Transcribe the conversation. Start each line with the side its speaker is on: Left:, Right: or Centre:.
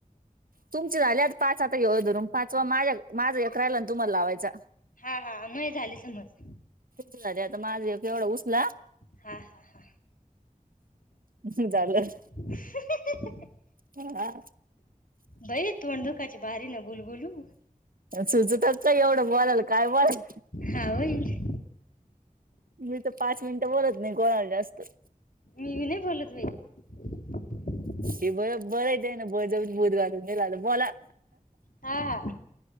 Right: तुमची झाली आता पाच. आता ह्यो धरून पाचवा. माझ्या माझा एक राहिला ना तुम्हाला लावायचा.
Left: हा हा मये झाले समज.
Right: <unintelligible> आता माझा येवढा एक उसला.
Left: हा हा हा.
Right: <inaudible> झालं.
Left: <unintelligible>
Right: <inaudible> ह.
Left: बाई तोंड दुखायची बारी न बोलू बोलू.
Right: सुचतच काय एवढं बलायला. काय बोला
Left: हा वई.
Right: मी त पाच मिनिटं बोलत नाही. कोणाला जास्त.
Left: ती बी नाही बोलत बाई. <unintelligible>
Right: हे बं बरंय तेयना बळ जबरीने बुलू घालून दिलायल बोला.
Left: हा हा.